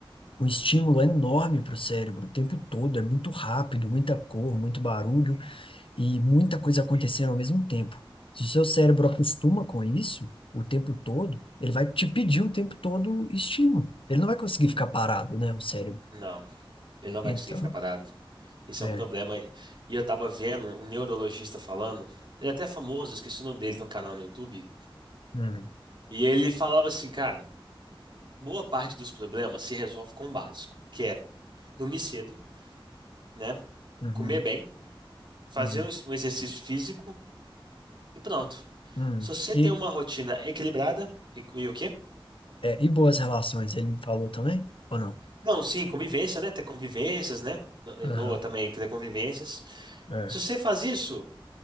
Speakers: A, on the left; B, on the right.
A: um estímulo enorme para o cérebro o tempo todo. É muito rápido, muita cor, muito barulho e muita coisa acontecendo ao mesmo tempo. Se o seu cérebro acostuma com isso o tempo todo, ele vai te pedir o tempo todo estímulo. Ele não vai conseguir ficar parado, né, o cérebro.
B: Não. Ele não vai
A: Então,
B: conseguir ficar parado. Isso
A: é.
B: é um problema. E eu tava vendo um neurologista falando, ele é até famoso, esqueci o nome dele, tem um canal no YouTube.
A: Hum,
B: E ele falava assim, cara, boa parte dos problemas se resolve com o básico, que é dormir cedo, né?
A: uhum,
B: Comer bem fazer
A: uhum,
B: um um exercício físico e pronto.
A: hum.
B: Se você
A: E,
B: tem uma rotina equilibrada, e, e o quê?
A: é, e boas relações, ele me falou também? Ou não?
B: Não, sim, convivência, né? Ter convivências, né? É
A: Aham,
B: boa também ter convivências.
A: é,
B: Se você faz isso,